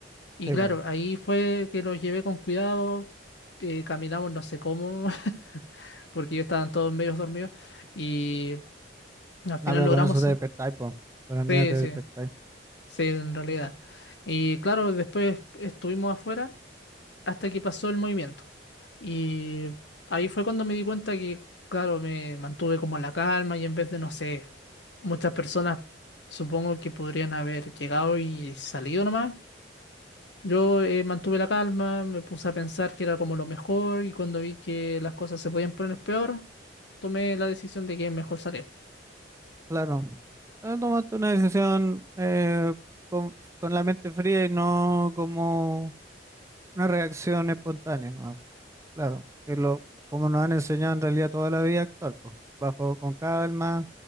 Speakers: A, on the left (about 65°); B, on the right (about 15°).
A: Y
B: Sí,
A: claro,
B: pues,
A: ahí fue que los llevé con cuidado, eh, caminamos no sé cómo, <laughs> porque ellos estaban todos medios dormidos y al final
B: no, pero
A: logramos...
B: con eso
A: sa-
B: te despertáis, pues, con el miedo
A: Sí,
B: te
A: sí.
B: despertáis.
A: Sí, en realidad. Y claro, después estuvimos afuera hasta que pasó el movimiento. Y ahí fue cuando me di cuenta que, claro, me mantuve como la calma y en vez de, no sé, muchas personas supongo que podrían haber llegado y salido nomás. Yo eh, mantuve la calma, me puse a pensar que era como lo mejor y cuando vi que las cosas se podían poner peor, tomé la decisión de que es mejor salir.
B: Claro, eh, tomaste una decisión eh, con, con la mente fría y no como una reacción espontánea, ¿no? Claro, que lo, como nos han enseñado en realidad toda la vida a actuar, pues, bajo con calma,